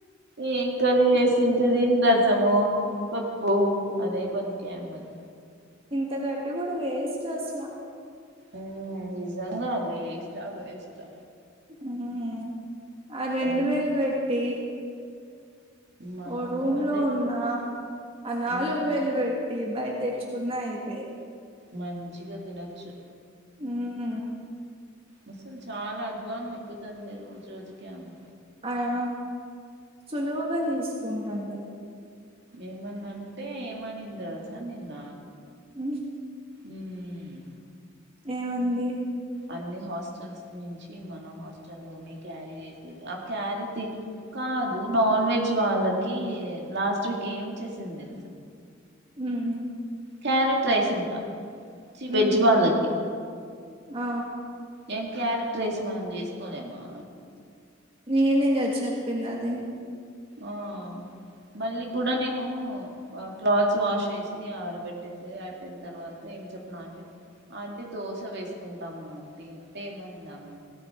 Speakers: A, on the right; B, on the right.
A: ఏం కర్రీ చేసింటది రాసామో పప్పు అదే బొత్తి ఆమెది
B: ఇంత గట్టి కూడ వేస్ట్ అసల
A: ఉమ్ నిజంగా వేస్టా వేస్టా
B: ఉమ్ ఆ రెండు
A: ఓ
B: వేలు వెట్టి
A: మనము
B: ఓ రూమ్
A: అదే
B: లో ఉన్నా ఆ నాలుగు
A: ఉమ్,
B: వేలు వెట్ టి బయ్ తెచ్చుకున్నా అయిపే
A: మంచిగ తినచ్చు
B: ఉమ్
A: ముసల్ది చాలా అద్వానం అయిపోతాందే రోజురోజుకి ఆమె
B: అయో సులువుగా తీసుకుంటాన్దల
A: ఏమన్న అంటే ఏమనింది దెలుసా నిన్న
B: <unintelligible>
A: ఉమ్మ్
B: ఏమంది
A: అన్ని హాస్టల్స్ నుంచి మన హాస్టల్లోనే క్యారీ చేసేది ఆ క్యారీ తి క్క కాదు నాన్వెజ్ వాళ్ళకి లాస్ట్ వీక్ ఏం చేసాం దె
B: హ్మ్
A: క్యారెట్ రైస్ అంట ఛి
B: హ్మ్
A: వెజ్ వాళ్ళకి
B: ఆ...
A: ఏం క్యారెట్ రైస్ మనం జేసుకోలేమా
B: నేనే గద చెప్పింది అది
A: ఆ మళ్ళీ కూడా నేను క్లాత్స్ వాష్ చేసి ఆరబెట్టేసి అయిపోయిన తర్వాత ఏం చెప్పన్నా అంటే ఆంటి దోస వేస్ తింటాము ఆంటీ అంటే ఏమనింది ఆమె